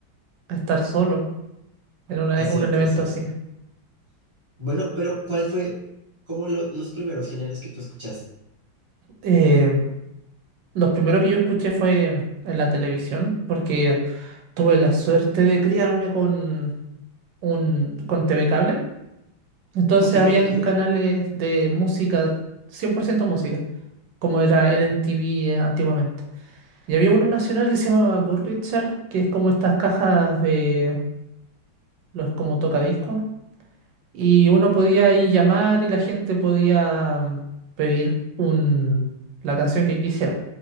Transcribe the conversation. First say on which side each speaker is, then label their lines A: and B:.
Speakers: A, on the right; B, on the right.
A: estar solo en una-
B: Es cierto,
A: un evento
B: es cierto.
A: así.
B: Bueno, pero ¿cuál fue como lo- los primeros géneros que tú escuchaste?
A: Eh, lo primero que yo escuché fue en la televisión porque tuve la suerte de criarme con un con TV cable. Entonces
B: Ok,
A: habían
B: ok.
A: canales de música, 100% música, como era el MTV antiguamente. Y había uno nacional que se llamaba Goodreader, que es como estas cajas de los como tocadiscos y uno podía ahí llamar y la gente podía mm, pedir un, la canción que quisieran.